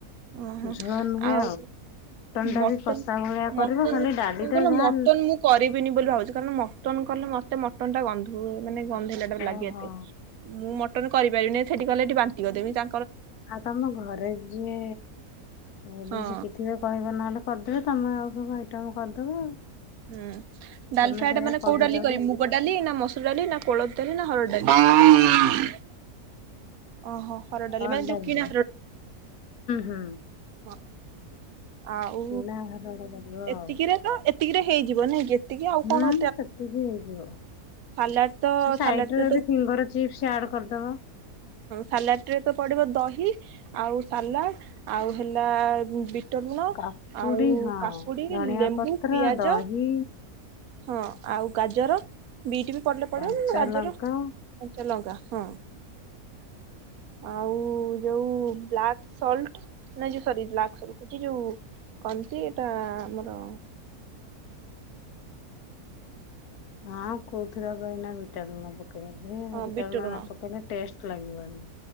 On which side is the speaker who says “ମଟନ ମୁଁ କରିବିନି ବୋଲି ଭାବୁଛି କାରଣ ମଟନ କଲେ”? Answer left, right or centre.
Right